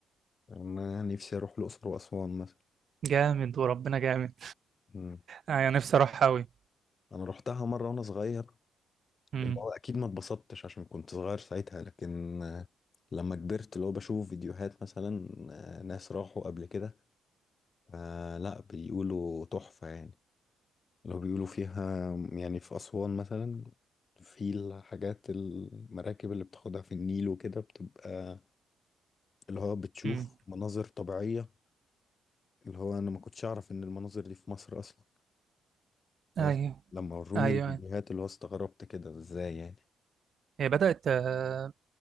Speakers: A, on the left (about 40°); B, on the right (about 55°).
A: انا نفسي اروح الاقصر واسوان مثلا
B: جامد وربنا جامد
A: مم.
B: انا نفسي اروح قوي
A: انا روحتها مره وانا صغير
B: امم
A: اللي هو اكيد ما اتبسطتش عشان كنت صغير ساعتها لكن آه، لما كبرت اللي هو بشوف فيديوهات مثلا آه، ناس راحوا قبل كده آه، لا بيقولوا تحفة يعني اللي هو بيقولوا فيها يعني في أسوان مثلا في الحاجات المراكب اللي بتاخدها في النيل وكده بتبقى اللي هو بتشوف
B: امم
A: مناظر طبيعية اللي هو أنا ما كنتش أعرف إن المناظر دي في مصر أصلا بس
B: ايوه
A: لما وروني
B: ايوه
A: الفيديوهات
B: أيوة.
A: اللي هو استغربت كده إزاي يعني
B: هي بدات آه،